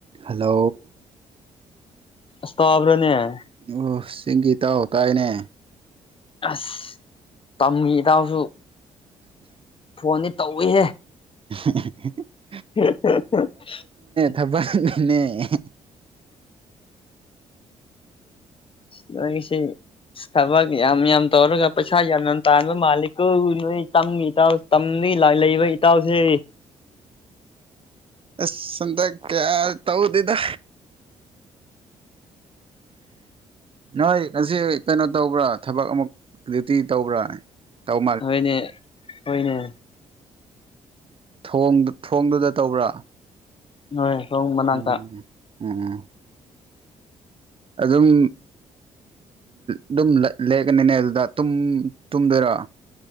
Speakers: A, on the right (about 40°); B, on the left (about 40°).
A: hello
B: ꯁꯇꯥꯕꯔꯅꯦ
A: ꯑꯣ ꯁꯤꯡꯒꯤ ꯇꯥꯎꯥꯎ ꯇꯥꯏꯅꯦ
B: ꯑꯁ ꯇꯝꯒꯤ ꯏꯇꯎꯁꯨ ꯐꯣꯟꯅꯤ ꯇꯧꯏꯍꯦ
A: <unintelligible>
B: <unintelligible>
A: ꯊꯕꯅꯦ
B: ꯃꯥꯁ ꯕꯛ ꯌꯥꯝ ꯌꯥꯝ ꯇꯧꯔꯒ ꯄꯩꯁꯥ ꯌꯥꯝ ꯌꯥꯝ ꯇꯥꯟꯕ ꯃꯥꯂꯤꯛ ꯅꯣꯏ ꯇꯝ ꯏꯇꯥꯎ ꯇꯝ ꯗꯒꯤ ꯂ ꯂꯩꯕ ꯏꯇꯥꯎꯁꯦ
A: ꯑꯁ ꯁꯗ ꯀꯌꯥ ꯇꯧꯗꯗ
B: <unintelligible>
A: ꯅꯣꯏ ꯉꯁ ꯀꯩꯅꯣ ꯇꯧꯕ꯭ꯔꯥ ꯊꯕꯛ ꯑꯃꯨꯛ ꯗꯇꯤ ꯇꯧꯕ꯭ꯔꯥ ꯇꯧ
B: ꯍꯣꯏꯅꯦ ꯍꯅꯦ
A: ꯎ ꯊꯣꯡꯗꯨꯗ ꯇꯧꯕ꯭ꯔꯥ
B: ꯍꯣꯏ ꯁꯣꯡ ꯃꯅꯥꯛꯇ
A: ꯎꯝ ꯎꯝ ꯑꯗꯨꯝ ꯑꯗꯨꯝ ꯂꯦꯛꯀꯅꯤꯅꯦ ꯑꯗꯨꯗ ꯇꯨꯝ ꯇꯨꯝꯗꯣꯏꯔꯣ